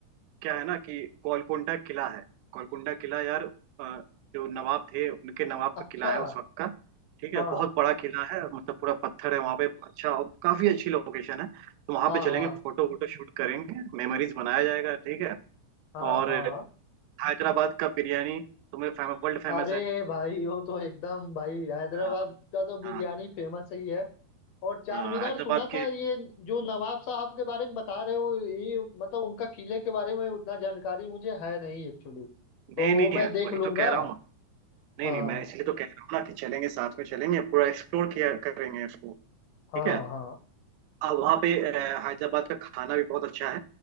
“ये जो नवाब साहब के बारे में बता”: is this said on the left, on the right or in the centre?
Left